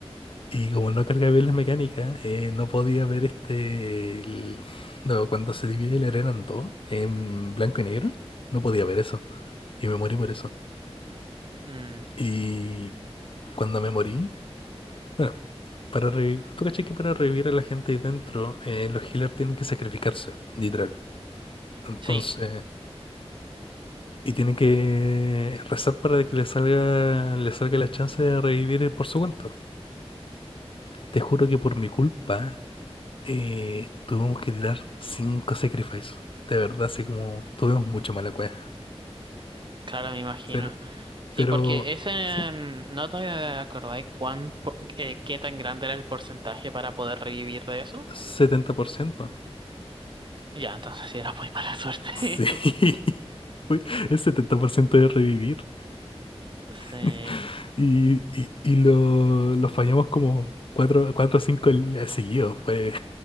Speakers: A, on the left; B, on the right.
A: Y como no cargaba bien las mecánicas, eh, no podía ver este... el- no, cuando se divide la arena en dos, en blanco y negro, no podía ver eso. Y me morí por eso.
B: Mm,
A: Y cuando me morí, bueno, para reviv- tú cachai que para revivir a la gente ahí dentro, eh, los healers tienen que sacrificarse, literal. Entonces,
B: sí,
A: y tienen que rezar para que le salga, le salga la chance de revivir por su cuenta. Te juro que por mi culpa, eh, tuvimos que tirar cinco sacrifices. De verdad, así como tuvimos mucho mala cueva.
B: claro, me imagino.
A: Pero,
B: Sí,
A: pero,
B: porque ese,
A: ¿sí?
B: mm, no te acordáis cuán, por- eh, qué tan grande era el porcentaje para poder revivir de eso.
A: setenta por ciento
B: Ya, entonces sí era muy mala suerte.
A: Sí. <laughs>
B: <laughs>
A: Uy, Es 70% de revivir.
B: Sí.
A: <laughs> Y, y, y lo, lo fallamos como cuatro, cuatro o cinco el- seguidos. Fue,